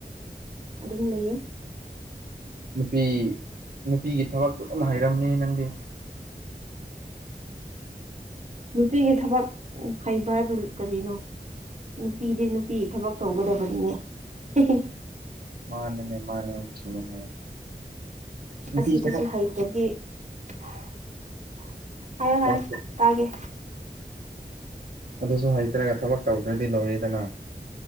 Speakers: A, on the right; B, on the right.
A: ꯑꯗꯨꯝ ꯂꯩꯌꯦ
B: ꯅꯨꯄꯤ ꯅꯨꯄꯤꯒꯤ ꯊꯕꯛꯇꯣ ꯗꯨꯝ ꯍꯩꯔꯝꯅꯤ ꯅꯪꯗꯤ
A: ꯅꯨꯄꯤꯒꯤ ꯊꯕꯛ ꯍꯩꯕ ꯍꯥꯏꯕ ꯀꯔꯤꯅꯣ ꯅꯨꯄꯤꯗꯤ ꯅꯨꯄꯤ ꯊꯕꯛ ꯇꯧꯒꯗꯕꯅꯤꯅꯦ ꯍꯦꯍꯦ
B: ꯃꯥꯟꯅꯅꯦ ꯃꯥꯅꯦ ꯆꯨꯝꯃꯤꯅꯦ ꯅꯨꯄꯤ
A: ꯑꯁꯤꯗꯁꯨ
B: ꯆ
A: ꯍꯩꯇꯗꯤ <inaudible> ꯍꯥꯏꯌꯣ ꯍꯥꯏꯌꯣ
B: ꯊꯕꯛꯇꯤ
A: ꯇꯥꯒꯦ
B: ꯑꯗꯨꯁꯨ ꯍꯩꯇ꯭ꯔꯦ ꯊꯕꯛ ꯇꯧꯗ꯭ꯔꯗꯤ ꯂꯣꯏꯔꯦꯗꯅ